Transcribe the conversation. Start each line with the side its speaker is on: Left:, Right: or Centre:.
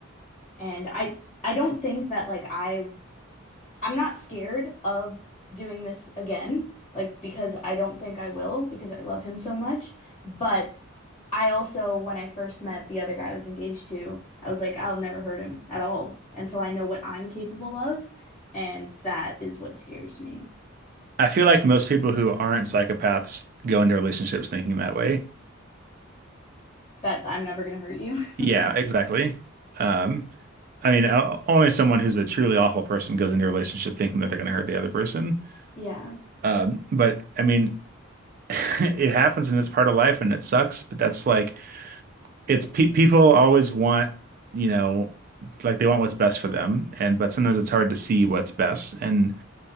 Left: And I I don't think that like I I'm not scared of doing this again, like because I don't think I will because I love him so much. But I also, when I first met the other guy I was engaged to, I was like, I'll never hurt him at all. And so I know what I'm capable of, and that is what scares me.
Right: I feel like most people who aren't psychopaths go into relationships thinking that way.
Left: That I'm never gonna hurt you.
Right: Yeah,
Left: <laughs>
Right: exactly. Um, I mean, o- only someone who's a truly awful person goes into a relationship thinking that they're going to hurt the other person.
Left: Yeah.
Right: Um, but I mean, <laughs> it happens and it's part of life and it sucks, but that's like, it's pe people always want, you know, like they want what's best for them. And, but sometimes it's hard to see what's best. And